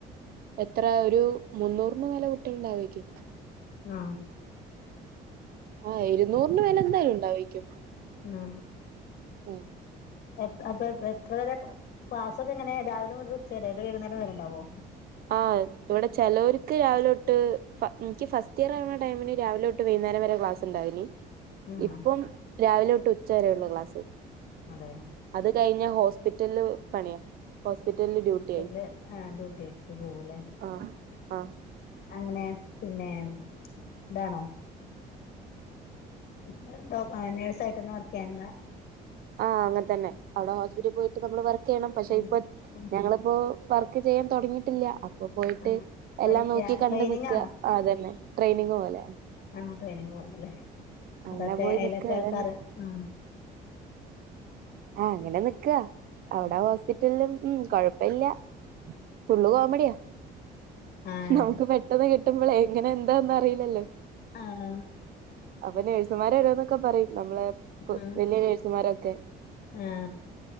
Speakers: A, on the right; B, on the left.
A: ഇത്ര ഒരു മുന്നൂറിന് മേല് കുട്ടികള് ഉണ്ടാവായിരിക്കും
B: ആ
A: ആ ഇരുനൂറിന് മേലേ എന്തായാലും ഉണ്ടാവായിക്കും
B: ആ
A: ആ
B: എ അപ്പൊ എത്ര വരെ ക്ലാ ക്ലാസ്സൊക്കെ എങ്ങനെയാ രാവിലെ മുതല് ഉച്ച വരെ അതോ വൈകുന്നേരം വരെ ഉണ്ടാവോ
A: ആ ഇവിടെ ചെലവോർക്ക് രാവിലെതൊട്ട് ഫ എനിക്ക് ഫസ്റ്റ് ഇയർ ആവുന്ന ടൈമിന് രാവിലെ തൊട്ട് വൈ കുന്നേരം വരെ ക്ലാസ് ഉണ്ടായീന്
B: ആഹ്
A: ഇപ്പം രാവിലെ തൊട്ട് ഉച്ച വരെയേ ഒള്ളൂ ക്ലാസ്സ്
B: അതെ
A: അത് കഴിഞ്ഞാ ഹോസ്പിറ്റലില് പണിയാ ഹോസ്പിറ്റലില്
B: ഹോസ്പിറ്റലില്
A: ഡ്യൂട്ടി ആയി
B: ആ ഡ്യൂട്ടിക്ക് പോവൂല്ലേ
A: ആ ആ
B: അങ്ങനെ പിന്നെ ഇതാണോ പിന്നെ ഡോ ഏ നഴ്സായിട്ട് തന്നെ വർക്ക് ചെയ്യാണല്ലേ
A: ആ അങ്ങനെ തന്നെ അവിടെ ഹോസ്പിറ്റലിൽ പോയിട്ട് നമ്മള് വർക്ക് ചെയ്യണം പക്ഷെ
B: ആഹ്
A: ഇപ്പൊ
B: ആഹ്
A: ഞങ്ങളിപ്പോ വർക്ക് ചെയ്യാൻ തൊടങ്ങിയിട്ടില്ല അപ്പൊ പോയിട്ട്
B: ആഹ് പഠിക്ക
A: എല്ലാം നോക്കി കണ്ട്
B: ട്രെയിനിങ്
A: നിക്കുക ആ അതുതന്നെ ട്രെയിനിങ് പോലെയാ
B: ആ ട്രെയിനിങ് പോലല്ലേ
A: അങ്ങനെ
B: അതൊക്കെ
A: പോയി
B: അയിലൊക്കെ
A: നിക്ക അതന്നെ
B: കേറി ആ
A: ആഹ അങ്ങനെ നിക്കവാ അവിടെ ഹോസ്പിറ്റലിലും ഉം കൊഴപ്പില്ല ഫള്ള് പോവാൻമ്പടിയ
B: ആഹ്
A: നമുക്ക് പെട്ടെന്ന് കിട്ടുമ്പോളേ എങ്ങനെ എന്താന്നും അറിയില്ലല്ലോ
B: ആഹ
A: അപ്പ നേഴ്സുമാര എടോന്നൊക്കെ പറയും നമ്മളെ ഇ
B: ആഹ്
A: വലിയ നേഴ്സുമാരൊക്കെ
B: ആഹ്